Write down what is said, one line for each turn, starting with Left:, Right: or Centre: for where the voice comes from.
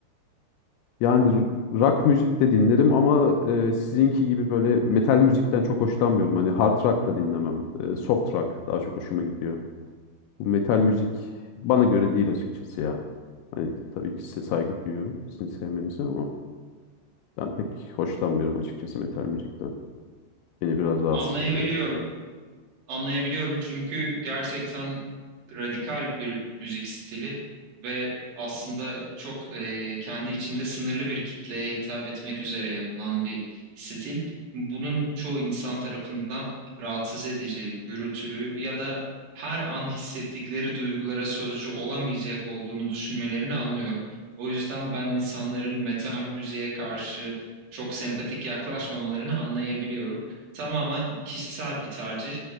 Left: Yani r- rock müzik de dinlerim ama e, sizinki gibi böyle metal müzikten çok hoşlanmıyorum. Hani hard rock da dinlemem. E, soft rock daha çok hoşuma gidiyor. Bu metal müzik bana göre değil açıkçası ya. Hani tabii ki size saygı duyuyorum, sizin sevmenize ama ben pek hoşlanmıyorum açıkçası metal müzikten. Beni biraz
Right: Ee,
Left: rahatsız
Right: Anlayabiliyorum
Left: ediyor.
Right: anlayabiliyorum çünkü gerçekten radikal bir müzik stili ve aslında çok e, kendi içinde sınırlı bir kitleye hitap etmek üzere yapılan bir stil. Bunun çoğu insan tarafından rahatsız edici, gürültülü ya da her an hissettikleri duygulara sözcü olamayacak olduğunu düşünmelerini anlıyorum. O yüzden ben insanların metal müziğe karşı çok sempatik yaklaşmamalarını anlayabiliyorum. Tamamen kişisel bir tercih.